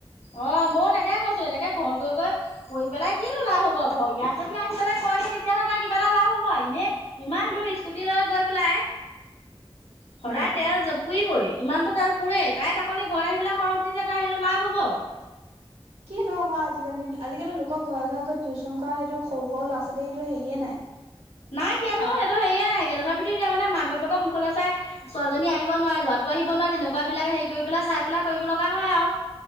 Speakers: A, on the left (about 85°); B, on the right (about 80°).
A: অ' ময়ো তাকে কৈছো এনেকে ঘৰত গৈ গৈ কই পেলাই কিতো লাভ হ'ব ঘ, ইয়াত যদি আহি পেলাই কয় আহি তেতিয়াহ'লে তাই কিবা এটা লাভ হ'ব আই। ইনে ইমান দূৰ স্কুটি লৈ গৈ পেলাই
B: <inaudible>
A: সদায়
B: উম
A: তেল জ-পুইবই। ইমানতো তেল পুৰেই। তাই তা সলনি ঘত আহি পেলাই কৰক। তেতিয়া তাই হেটো লাভ হ'ব।
B: কি ধক আ আজিকালি, আজিকালি লো ক ঘই ঘই গৈ টিউচন কৱা হেটো সও, সও ল'ৱা ছলী হেটো হেইয়ে নাই।
A: নাইকিয়াতো
B: অ
A: হেটো হেইয়ে নাইকিয়া। তথাপিতো এতিয়া মানে মাক বাপেক মুখলে চাই ছোৱালীজনী আহিব নোৱাই, ল'ৱাটো আহিব নোৱাই তেনেকুৱা বিলাই হেই কই পেলাই চাই পেলাই কৰিবি লগা হয় আৰু